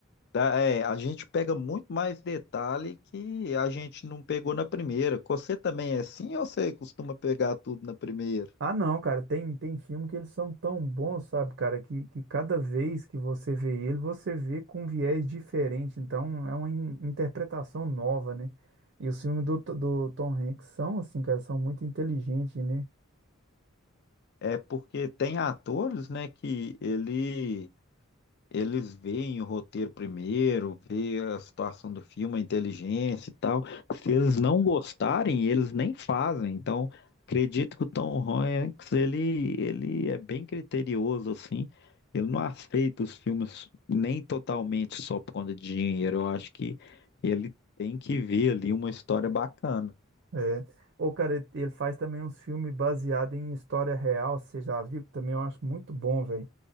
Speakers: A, on the left; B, on the right.
A: tá, é, a gente pega muito mais detalhe que a gente não pegou na primeira. Você também é assim ou você costuma pegar tudo na primeira?
B: Ah, não, cara, tem, tem filme que eles são tão bons, sabe, cara, que, que cada vez que você vê ele, você vê com um viés diferente. Então, é uma in- interpretação nova, né? E os filmes do, do Tom Hanks são, assim, cara, são muito inteligentes, né?
A: É porque tem atores, né, que ele Eles veem o roteiro primeiro, vê a situação do filme, a inteligência e tal. Se eles não gostarem, eles nem fazem. Então, acredito que o Tom Hanks, ele, ele é bem criterioso, assim. Ele não aceita os filmes nem totalmente só por conta de dinheiro. Eu acho que ele tem que ver ali uma história bacana.
B: É. Ô, cara, ele ele faz também uns filmes baseados em história real, você já viu? Que também eu acho muito bom, velho.